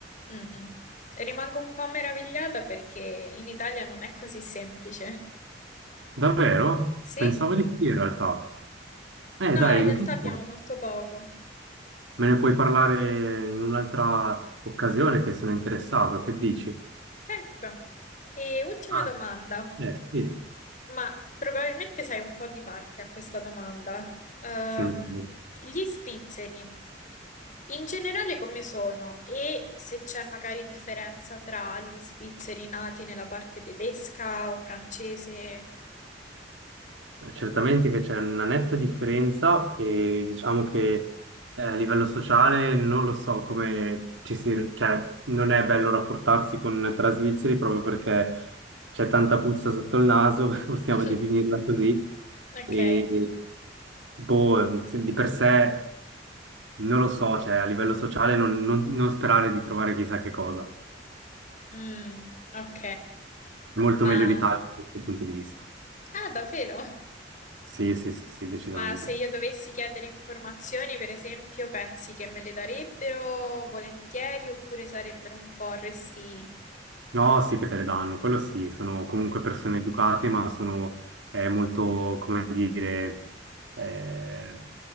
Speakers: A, on the left (about 40°); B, on the right (about 80°).
A: mm, mm. E rimango un po' meravigliata perché in Italia non è così semplice.
B: Davvero?
A: Sì,
B: Pensavo di sì in realtà. Eh
A: no,
B: dai,
A: in realtà
B: intanto
A: abbiamo molto poco.
B: me ne puoi parlare in un'altra occasione che sono interessato. Che dici?
A: Certo. E ultima
B: Ah,
A: domanda.
B: eh sì,
A: Ma probabilmente sei un po' di parte a questa domanda. Ehm,
B: senti.
A: gli svizzeri in generale come sono e se c'è magari differenza tra gli svizzeri nati nella parte tedesca o francese?
B: Eh, Certamente che c'è una netta differenza e diciamo che eh, a livello sociale non lo so come ci si, cioè non è bello rapportarsi con tra svizzeri proprio perché c'è tanta puzza sotto il naso, <laughs> possiamo
A: <laughs>
B: definirla così,
A: Ok,
B: e boh, se- di per sé non lo so, cioè a livello sociale non, non- non sperare di trovare chissà che cosa.
A: Mm, ok,
B: È molto
A: ma
B: meglio l'Italia da questo punto di vista.
A: ah, davvero?
B: Sì, sì, sì, sì, decisamente.
A: Ma se io dovessi chiedere informazioni, per esempio, pensi che me le darebbero volentieri oppure sarebbero un po' resti?
B: No, sì che te le danno, quello sì, sono comunque
A: mm,
B: persone educate, ma sono eh, molto, come dire, eh,